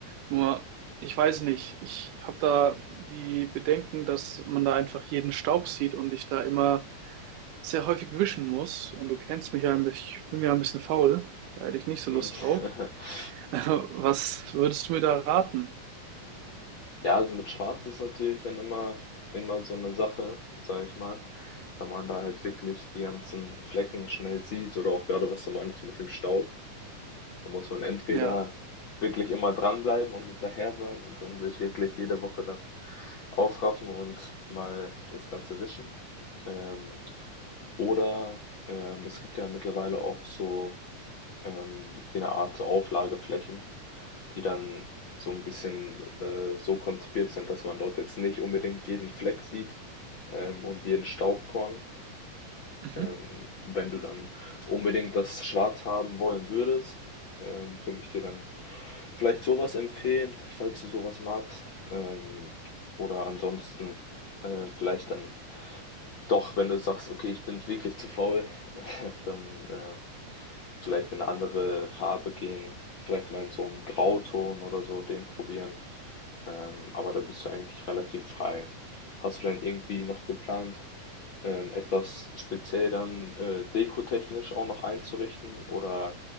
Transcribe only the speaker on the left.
Mhm.
<laughs>
Ja, also mit Schwarz ist natürlich dann immer, immer so eine Sache, sage ich mal, weil man da halt wirklich die ganzen Flecken schnell sieht oder auch gerade was du meinst mit dem Staub. Da muss man entweder
wirklich immer dranbleiben und hinterher sein und dann sich wirklich jede Woche dann aufraffen und mal das Ganze wischen. Ähm, oder ähm, es gibt ja mittlerweile auch so ähm, eine Art so Auflageflächen, die dann so ein bisschen äh, so konzipiert sind, dass man dort jetzt nicht unbedingt jeden Fleck sieht ähm, und jeden Staubkorn,
ähm, wenn du dann unbedingt das Schwarz haben wollen würdest, ähm, könnte ich dir dann vielleicht sowas empfehlen, falls du sowas magst. Ähm, oder ansonsten äh, vielleicht dann doch, wenn du sagst, okay, ich bin wirklich zu faul, <laughs> dann ähm, vielleicht in eine andere Farbe gehen, vielleicht mal in so einen Grauton oder so, den probieren. Ähm, aber da bist du eigentlich relativ frei. Hast du denn irgendwie noch geplant, ähm, etwas speziell dann äh, dekotechnisch auch noch einzurichten oder